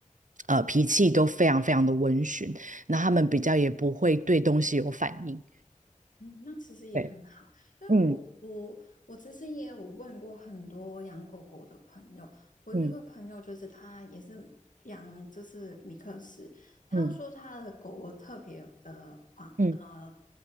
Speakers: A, on the right (about 75°); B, on the left (about 75°).
A: 呃脾气都非常非常的温驯。那他们比较也不会对东西有反应。
B: 嗯，那其实也很好，
A: 对，
B: 因为我我我其实也有问过很多养狗狗的朋友，
A: 嗯
B: 我有一个朋友就是他也是养就是米克斯，
A: 嗯
B: 他说他的狗狗特别的狂，
A: 嗯嗯
B: 呃，